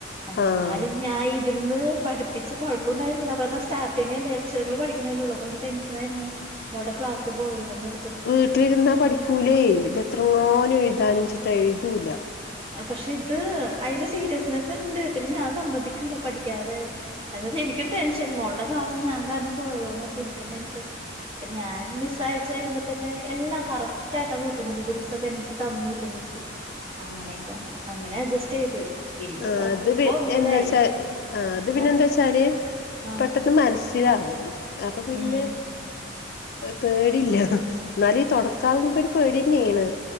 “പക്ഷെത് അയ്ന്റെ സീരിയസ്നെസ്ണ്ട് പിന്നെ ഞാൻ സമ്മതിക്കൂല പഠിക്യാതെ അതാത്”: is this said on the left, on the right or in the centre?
Right